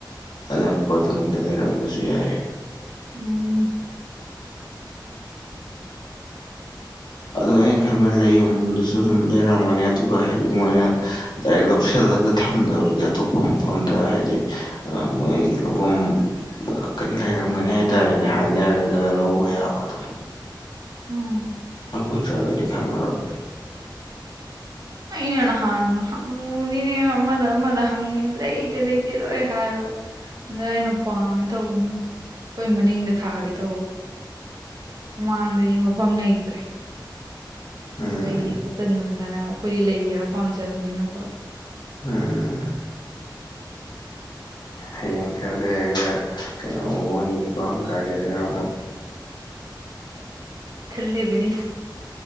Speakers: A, on the left (about 65°); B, on the right (about 55°).
A: ꯑꯅꯛꯄ ꯑꯗꯨꯝꯕꯗ ꯂꯩꯔꯝꯕꯖꯨ ꯌꯥꯏ
B: ꯎꯝ <inaudible>
A: ꯑꯗꯨ ꯑꯩꯅ ꯈꯟꯕ ꯂꯩ ꯌꫭꯟꯕꯝꯗꯁꯨ ꯑꯗꯨꯝ ꯂꯩꯔꯝꯒꯅꯤ ꯑꯗꯨꯒ ꯍꯥꯏꯗꯤ ꯃꯣꯏꯅ ꯗꯥꯏꯔꯦꯛ ꯂꯧꯁꯤꯜꯂꯒ ꯊꯝꯗꯕꯒꯤ ꯑꯇꯣꯞꯄ ꯃꯐꯝꯗ ꯍꯥꯏꯗꯤ ꯃꯣꯏꯒꯤ ꯂꯧꯐꯝ ꯀꯩꯅꯣ ꯂꯩꯔꯝꯒꯅꯤ ꯍꯥꯏꯇꯥꯔꯦꯅꯦ ꯍꯥꯏꯅꯔꯒ ꯂꯧꯕ ꯌꯥꯕ ꯑꯗꯨꯝ
B: ꯎꯝ
A: ꯎꯗꯔꯒꯗꯤ ꯈꯪꯉꯔꯣꯏ
B: ꯑꯩꯅ ꯅꯍꯥꯟ ꯍꯪꯉꯨꯕꯅꯤꯅꯦ ꯑꯃꯗ ꯑꯃꯗ ꯍꯪꯉꯦ ꯂꯩꯇꯦ ꯂꯩꯇꯦ ꯂꯣꯏ ꯍꯥꯏꯌꯦꯕ ꯑꯩꯅ ꯄꯥꯝꯃꯦ ꯇꯧꯕꯅꯤ ꯑꯩꯈꯣꯏ ꯃꯅꯤꯡꯗ ꯊꯥꯒꯦ ꯇꯧꯕ ꯃꯥꯡꯗꯗꯤ ꯃꯐꯝ ꯂꯩꯇ꯭ꯔꯦ
A: ꯎꯝ
B: ꯂꯩ ꯐꯖꯅꯅ ꯑꯩꯈꯣꯏꯗꯤ ꯂꯩ ꯈꯔ ꯄꯥꯝꯖꯕꯅꯤꯅꯀꯣ
A: ꯎꯝ ꯍꯌꯦꯡ ꯈꯔ ꯂꯩꯔꯒ ꯀꯩꯅꯣ ꯑꯃꯨꯛ ꯑꫭꯟꯒꯤꯅꯤꯀꫭ ꯒꯥꯔꯗꯦꯟꯅꯤꯔ ꯑꯃꯨꯛ
B: ꯈꯜꯂꯤꯕꯅꯤ